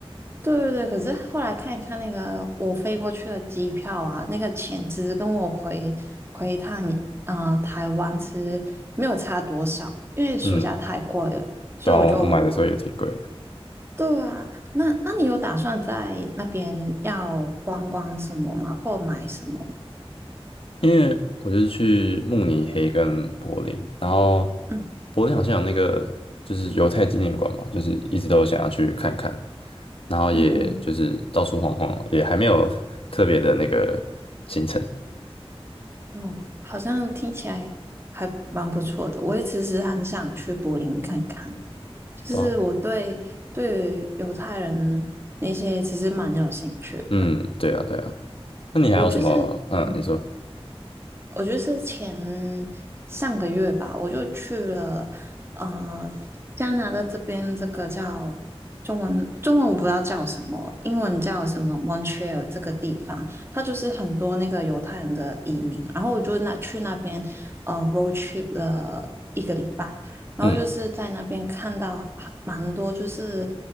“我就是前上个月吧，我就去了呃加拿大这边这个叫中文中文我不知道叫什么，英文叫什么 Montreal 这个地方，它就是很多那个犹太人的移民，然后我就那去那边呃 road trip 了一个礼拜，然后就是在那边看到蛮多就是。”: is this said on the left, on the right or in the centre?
Right